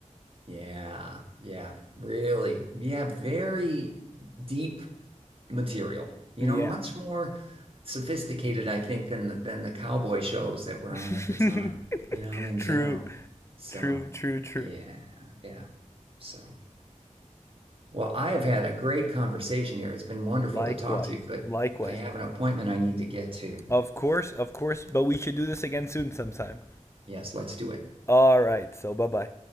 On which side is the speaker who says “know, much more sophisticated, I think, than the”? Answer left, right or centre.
Right